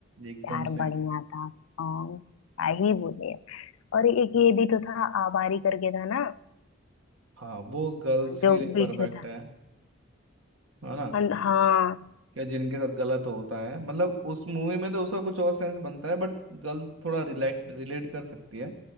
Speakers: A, on the right; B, on the left.
A: एकदम
B: यार
A: से
B: बढ़िया था सॉन्ग क्या ही बोले और एक ये भी तो था आबारी करके था ना
A: हाँ वो गर्ल्स के
B: जो
A: लिए
B: बीच
A: परफेक्ट
B: में था
A: है है ना
B: हाँ हाँ
A: या जिनके साथ गलत होता है मतलब उस मूवी में तो उसका कुछ और सेंस बनता है बट गर्ल्स थोड़ा रिलेट रिलेट कर सकती है